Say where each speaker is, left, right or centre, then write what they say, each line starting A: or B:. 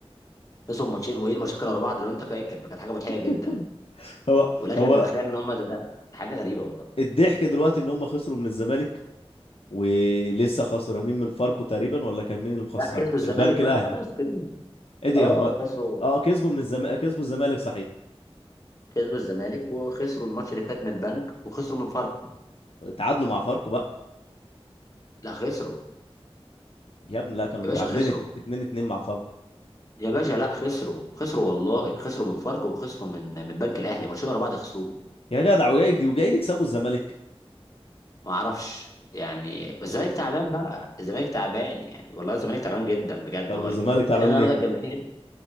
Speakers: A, on the left; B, on the left.
A: خسروا ماتشين وايه المشاكل ورا بعض لو انت فاكر فكانت حاجه مضحكه جدا
B: <laughs> هو
A: ولكن
B: هو
A: انت تتخيل ان هم ده, ده حاجه غريبه والله
B: الضحك دلوقتي ان هم خسروا من الزمالك ولسه خسرانين من فاركو تقريبا ولا كان مين اللي مخسر
A: لا كسبوا الزمالك
B: البنك
A: بقى
B: الاهلي
A: خلاص كسبوا
B: ايه ده
A: اه
B: هم
A: خسروا
B: اه كسبوا من الزمالك كسبوا الزمالك صحيح
A: كسبوا الزمالك وخسروا الماتش اللي فات من البنك وخسروا من فاركو
B: تعادلوا مع فاركو بقى
A: لا خسروا
B: يا ابني لا كانوا
A: يا
B: متعادلين
A: باشا خسروا
B: 2 2 مع فاركو
A: يا باشا لا خسروا خسروا والله خسروا من فاركو وخسروا من من البنك الاهلي ماتشين ورا بعض خسروهم
B: يا جدع وجاي وجايين يكسبوا الزمالك
A: ما اعرفش يعني بس الزمالك تعبان بقى الزمالك تعبان يعني والله الزمالك تعبان جدا بجد
B: طب
A: والله
B: الزمالك تعبان
A: لان النهارده
B: ليه
A: الجماهير